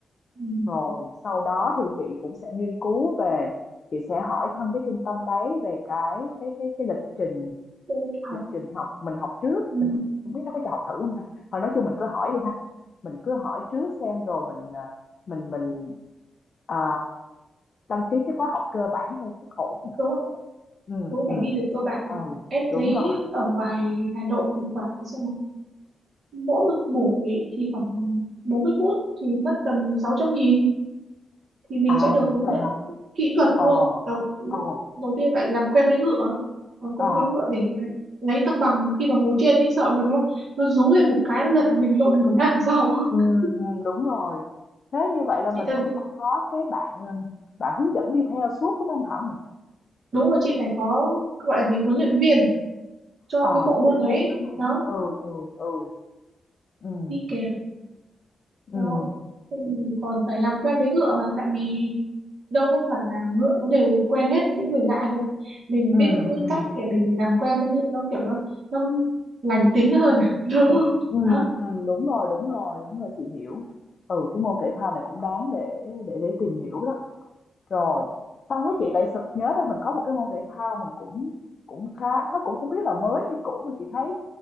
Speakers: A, on the right; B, on the left.
A: ừ.
B: Rồi sau đó thì chị cũng sẽ nghiên cứu về chị sẽ hỏi thăm cái trung tâm đấy về cái cái cái cái lịch trình
A: Tôi lên học
B: Lịch trình học mình học trước,
A: ừ.
B: mình học biết nó có cho học thử hông ta? Thôi nói chung mình cứ hỏi đi ha, mình cứ hỏi trước xem rồi mình, ờ, mình mình, ờ, đăng ký cái khóa học cơ bản thôi chắc ổn nhỉ?
A: đúng rồi
B: Ừm,
A: đúng rồi,
B: ừm,
A: phải đi được cơ bản
B: ừ,
A: em
B: đúng
A: thấy
B: rồi.
A: ở ngoài Hà Nội thì khoảng xem mỗi một buổi thì khoảng 40 phút thì mất tầm sáu trăm nghìn thì mình
B: À,
A: sẽ được hướng
B: vậy
A: dẫn
B: hả?
A: kỹ thuật
B: Ồ,
A: luôn đầu,
B: ồ,
A: đầu tiên bạn làm quen với ngựa làm quen
B: ờ,
A: với ngựa để lấy thăng bằng khi mà ngồi trên ấy sợ mà nó nó rú lên một cái nó giật mà mình lộn ngửa ra đằng sau <laughs>
B: ừm, ừm, đúng rồi. Thế như vậy là mình
A: chị cần
B: cũng phải có cái bạn, ừm, bạn hướng dẫn đi theo suốt, đúng hông Thảo nhỉ?
A: đúng rồi chị phải có gọi là gì huấn luyện viên cho
B: Ờ,
A: cái bộ
B: huấn
A: môn
B: luyện
A: đấy
B: viên, đúng rồi.
A: đó
B: Ừ, ừ, ừ, ừm,
A: đi kèm
B: ừm,
A: đó Ừ, còn phải làm quen với ngựa mà tại vì đâu có phải là ngựa nó đều quen hết những người lạ đâu mình phải
B: ừm,
A: biết những cái cách để mình làm quen cho ngựa nó kiểu nó nó lành tính hơn à <laughs> đúng không
B: Ừ,
A: đó
B: ừ, đúng rồi đúng rồi đúng rồi chị hiểu ừ cái môn thể thao này cũng đáng để để để tìm hiểu đó rồi xong cái chị lại sực nhớ ra mình có một cái môn thể thao mình cũng cũng khá nó cũng không biết là mới hay cũ mà chị thấy